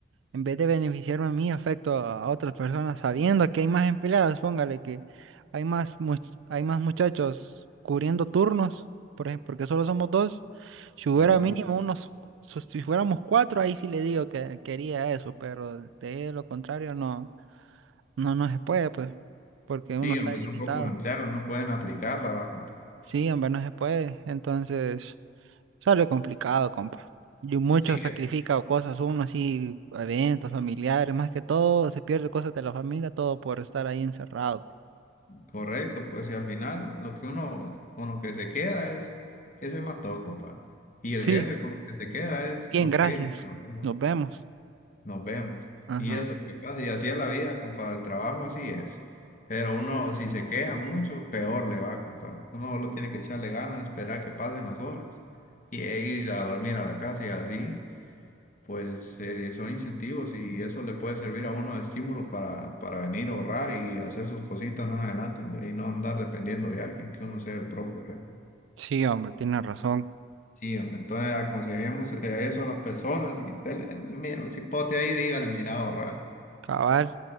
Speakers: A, on the right; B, on the left.
A: en vez de beneficiarme a mí, afecto a otras personas sabiendo que hay más empleados, póngale que hay más, much- hay más muchachos cubriendo turnos, por ejemplo, porque solo somos dos. Si hubiera
B: Ajá.
A: mínimo unos, so- si fuéramos cuatro, ahí sí le digo que quería eso, pero de lo contrario no, no, no se puede, pues, porque
B: Sí,
A: uno está
B: hombre,
A: limitado.
B: son pocos empleados, no pueden aplicarla. va, compa.
A: Sí, hombre, no se puede. Entonces, sale complicado, compa. Y mucho
B: Sí,
A: sacrifica o cosas, uno así, eventos familiares, más que todo, se pierde cosas de la familia, todo por estar ahí encerrado.
B: Correcto, pues y al final lo que uno con lo que se queda es que se mató, compa. Y el
A: Sí,
B: jefe con lo que se queda es,
A: bien,
B: ok,
A: gracias.
B: me tocó,
A: Nos vemos.
B: nos vemos.
A: Ajá.
B: Y eso es lo que pasa. Y así es la vida, compa. El trabajo así es. Pero uno, si se queja mucho, peor le va, compa. Uno solo tiene que echarle ganas, esperar que pasen las horas y e ir a dormir a la casa y así pues eh, son incentivos y eso le puede servir a uno de estímulo para, para venir a ahorrar y hacer sus cositas más adelante, hombre, y no andar dependiendo de alguien, que uno sea el propio jefe.
A: Sí, hombre, tiene razón.
B: Sí, hombre, entonces aconsejemos eh, eso a las personas y dele, mira, un cipote ahí, dígale, mira, ahorrar.
A: Cabal,